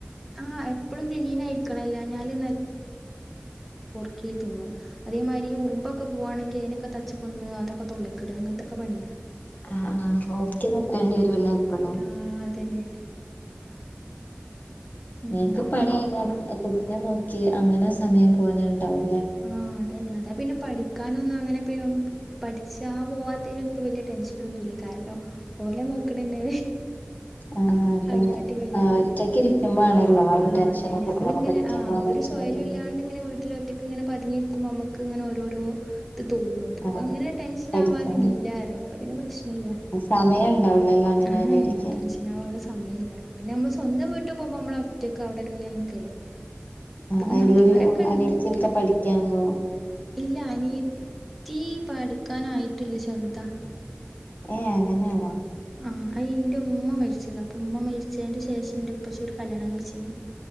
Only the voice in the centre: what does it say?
ആഹ് എപ്പളും ക്ലീൻ ആയിരിക്കണം ഇല്ലാഞ്ഞാല് ക്കെ തോന്നു അതേമാരി ഈ ഉറുമ്പൊക്കെ പോവാണെങ്കിൽ അതിനൊക്കെ തച്ച്കൊന്ന് അതൊക്കെ തൊള്ളെയ്ക്കിടുവാ അങ്ങനത്തൊക്കെ പണിയാ
ആ അതന്നെ ഉം
ആ അതന്നെ അതാ പിന്നെ പഠി ക്കാനൊന്നും അങ്ങനെ പഠിച്ചാ പോവാത്തെലൊന്നും വലിയ ടെൻഷ നൊന്നുല്ല കാരണം ഓലേ നോ ക്കണേന്നെ
അതിനായിട്ട് വലിയ
പണിയാ
ആ
അതന്നെ മ്മള്
ഇങ്ങനെ
ആ
ഒരു സോ ല്യംല്ലാണ്ട് ഇങ്ങനെ വീട്ടില് ഒറ്റയ്ക്ക് ഇങ്ങനെ പതിഞ്ഞിരിക്കുമ്പോ മ്മക്ക് ഇങ്ങനെ ഓരോരോ ത് തോന്നൂ ഇത്പ്പൊ
അങ്ങനെ ടെൻഷൻ
ആവാനില്ല അപ്പൊ പിന്നെ പ്രശ്നയില്ല
ആയെ
ടെൻഷൻ ആവാനുള്ള സമയില്ല പിന്നെ മ്മള് സ്വന്തം വീട്ട് പോവുമ്പോ മ്മള് റ്റൊക്കെ അവിടെങ്ങെ നിക്കല്ലേ
പിന്നെ
നാത്തൂമാരൊക്കെ
ഇണ്ട്
ഇല്ല അനിയത്തി പഠിക്കാനായിട്ടില്ല ചെറുതാണ്
ആ അയിന്റെ ഉമ്മ മരിച്ചീന്ന് അപ്പൊ ഉമ്മ മരിച്ചെന്റെ ശേഷം ന്റെ ഉപ്പച്ചി ഒരു കല്യാണം കഴിച്ചീണ്